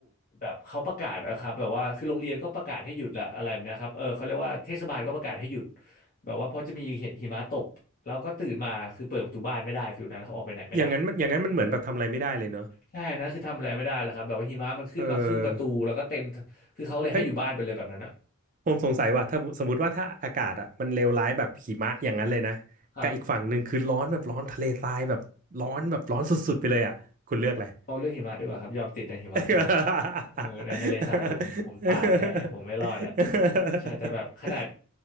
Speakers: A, on the left (about 40°); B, on the right (about 35°).
A: แบบเขาประกาศอะครับแบบว่าคือโรงเรียนก็ประกาศให้หยุดละอะไรแบบเนะครับเออเขาเรียกว่าเทศบาลก็ประกาศให้หยุดแบบว่าเพราะจะมีหิมะตกแล้วก็ตื่นมาคือเปิดประตูบ้านไม่ได้ฟิลนั้นเขาออกไปไหนไม่ได้
B: อย่างนั้นมันอย่างนั้นมันเหมือนแบบทำอะไรไม่ได้เลยเนอะ
A: ใช่นะคือทำอะไรไม่ได้แล้วครับแบบว่าหิมะมันขึ้นมาครึ่งประตูแล้วก็เต็ม
B: เออ
A: คือเขาเลยให้อยู่บ้านไปเลยแบบนั้นอะ
B: เฮ้ยผมสงสัยว่าถ้าสมมติว่าถ้าอากาศอ่ะมันเลวร้ายแบบหิมะอย่างนั้นเลยนะกับอีกฝั่งหนึ่งคือร้อนแบบร้อนทะเลทรายแบบร้อนแบบร้อนสุดๆไปเลยอ่ะคุณเลือกอะไร
A: ครับเอาเรื่องหิมะดีกว่าครับยอมติดในหิมะดีกว่า
B: <laughs>
A: <laughs> เออในทะเลทรายผมผมตายแน่ผมไม่รอดอ่ะใช่แต่แบบขนาด